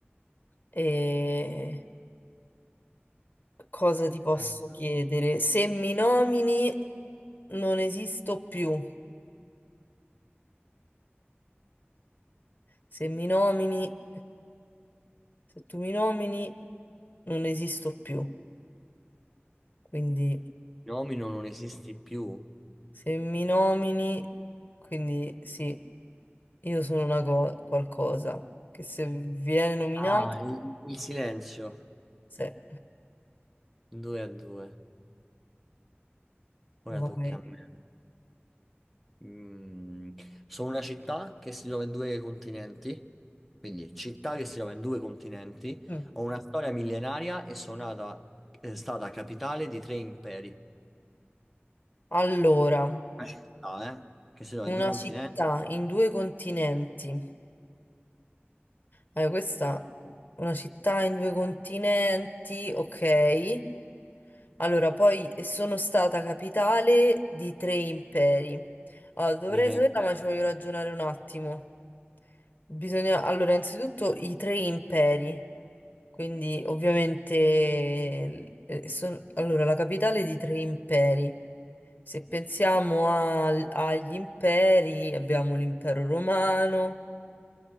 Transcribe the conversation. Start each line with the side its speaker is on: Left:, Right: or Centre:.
Left: E cosa ti posso
Centre: mhm.
Left: chiedere? Se mi nomini, non esisto più. Se mi nomini, se tu mi nomini, non esisto più. Quindi,
Centre: Nomino non esisti più.
Left: se mi nomini, quindi sì, io sono una cosa, qualcosa che se viene nominato,
Centre: Ah, il, il silenzio.
Left: se...
Centre: 2 a 2. Ora
Left: Vai.
Centre: tocca a me. Mm, Sono una città che si trova in due continenti. Quindi città che si trova in due continenti.
Left: Mm.
Centre: Ho una storia millenaria e sono nata, è stata capitale di tre imperi.
Left: Allora.
Centre: Una città, eh? Che si trova
Left: Una
Centre: in due continenti
Left: città in due continenti. Allora, questa una città in due continenti, ok. Allora, poi eh, sono stata capitale di tre imperi. Allora, dovrei
Centre: di tre
Left: saperla,
Centre: imperi.
Left: ma ci voglio ragionare un attimo. Bisogna, allora, innanzitutto i tre imperi. Quindi, ovviamente, eh, eh, son- allora, la capitale di tre imperi. Se pensiamo al- agli imperi, abbiamo l'impero romano.